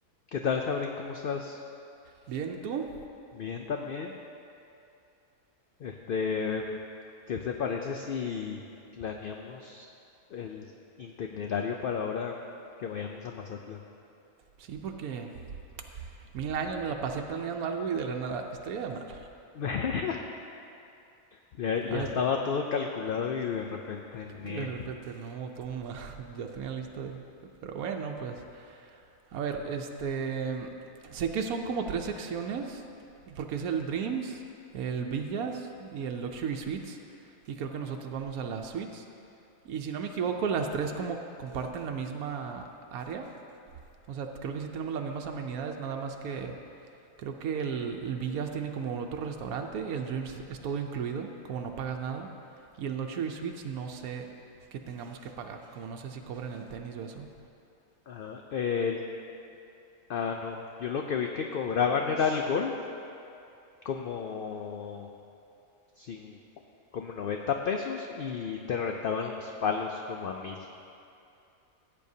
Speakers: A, on the left (about 65°); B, on the right (about 85°).
A: ¿Qué tal, Jaurín? ¿Cómo estás?
B: Bien, ¿y tú?
A: Bien también. Este, ¿qué te parece si planeamos el itinerario para ahora que vayamos a Mazatlán?
B: Sí, porque mil años me la pasé planeando algo y de la nada. Estrella de mar.
A: <laughs> Ya, ya
B: A ver,
A: estaba todo calculado y de repente en
B: de
A: él.
B: repente, no, toma. <laughs> Ya tenía lista de. Pero bueno, pues. A ver, este. Sé que son como tres secciones. Porque es el Dreams, el Villas y el Luxury Suites. Y creo que nosotros vamos a las Suites. Y si no me equivoco, las tres como comparten la misma área. O sea, creo que sí tenemos las mismas amenidades, nada más que Creo que el, el Villas tiene como otro restaurante, el Dreams es todo incluido, como no pagas nada. Y el Luxury Suites no sé qué tengamos que pagar, como no sé si cobren el tenis o eso.
A: Ah, el, ah, no. Yo lo que vi que cobraban era el golf como, cin- como 90 pesos y te rentaban los palos como a mil.